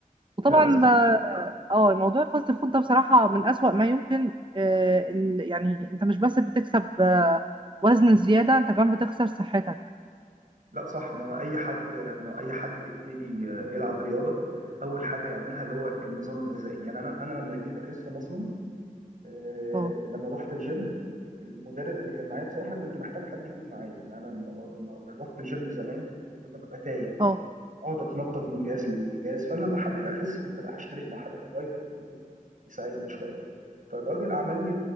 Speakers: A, on the right; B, on the right.
A: وطبعا
B: لا بس
A: اه موضوع الفاست فود ده بصراحة من أسوأ ما يمكن آه، ال- يعني انت مش بس بتكسب آه، وزن زيادة انت كمان بتخسر صحتك
B: لا صح ما هو اي حد ما هو اي حد بيبتدي آه، بيلعب رياضه اول حاجه يعملها اللي هو النظام الغذائي يعني انا انا لما جيت اخس مثلا آه،
A: اه
B: لما رحت الجيم المدرب اللي كان معايا بصراحه كنت محتاج حد يكون معايا يعني انا لما لما رحت الجيم زمان كنت ببقى تايه
A: اه
B: اقعد اتنطط من جهاز لجهاز فانا لما حبيت اخس قلت لا هشترك مع حد برايفت اللي يساعدني شويه فالراجل عمل لي